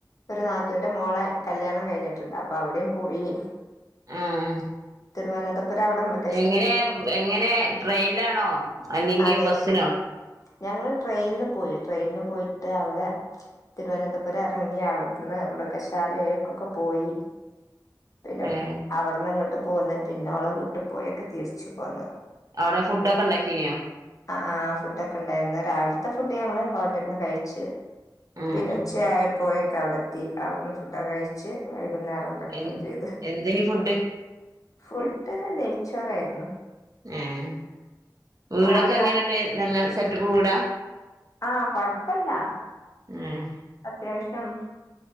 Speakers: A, on the left (about 50°); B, on the right (about 50°).
A: ഒരു നാത്തൂന്റെ മോളെ കല്യാണം കഴിഞ്ഞിട്ട്ണ്ട് അപ്പൊ അവിടിം പോയി.
B: ആഹ്
A: തിരുവനന്ത ഇവരെ അവ്ടെ മൃഗ
B: എങ്ങനെ എങ്ങനെ ട്രെയിൻലാണോ അല്ലെങ്കി
A: അതെ
B: ബസ്സിനോ
A: ഞങ്ങള് ട്രെയിൻൽ പോയി ട്രെയിൻൽ പോയിട്ട് അവിടെ തിരുവനന്തപുരം എറങ്ങി അവിടുന്ന് മൃഗശാലേക്കൊക്കെ പോയി പിന്നെ
B: ഏഹ്
A: അവിട്ന്ന് ഇങ്ങട്ട് പോന്ന് പിന്നെ ഓളെ വീട്ടു പോയൊക്കെ തിരിച്ചു പോന്നു
B: അവിടെ ഫുഡോക്കെ ഇണ്ടാക്കീനോ
A: ആ ആ ഫുഡോക്കെണ്ടായിരുന്നു രാവിലത്തെ ഫുഡ് ഞങ്ങള് ഹോട്ടലിൽന്ന് കഴിച്ചു
B: ആഹ്
A: പിന്നെ ഉച്ചയായപ്പോയേക്ക് അവിടെ എത്തി അവിടുന്ന് ഫുഡൊക്കെ കഴിച്ച് വൈകുന്നേരം റിട്ടേൺ
B: എൻ
A: ചെയ്ത്
B: എന്തേനി ഫുഡ്
A: ഫുഡ് നെയ്ച്ചോറായിരുന്നു
B: ഏഹ് വീടൊക്കെ
A: ഓല
B: എങ്ങനെണ്ട് നല്ല സെറ്റപ്പ് വീടാ
A: ആഹ് കൊഴപ്പല്ല
B: ആഹ്
A: അത്യാവശ്യം